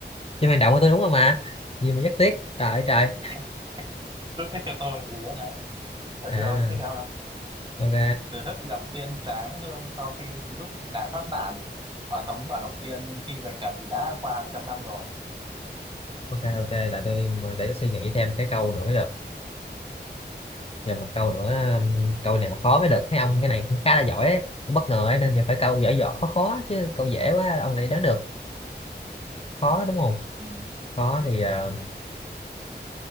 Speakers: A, on the left; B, on the right.
A: trong hang động của tôi đúng không mà gì mà rất tiếc trời ơi trời
B: <laughs> em rất tiếc cho tôi tại vì á hả tôi
A: à
B: chưa rất tiếc cho ông đâu
A: ok
B: từ thức gặp tiên giáng hương sau khi giúp nàng thoát nạn ở tống ở động tiên nhưng khi về trần thì đã qua hàng trăm năm rồi
A: ok ok để tôi để tôi suy nghĩ thêm cái câu nữa mới được giờ một câu nữa um, câu này mà khó mới được thấy ông cái này cũng khá là giỏi ấy. Tôi bất ngờ ấy, nên giờ phải câu giỏi giỏi khó khó chứ câu dễ quá ông này đoán được khó đúng không
B: ừ.
A: khó thì ờ,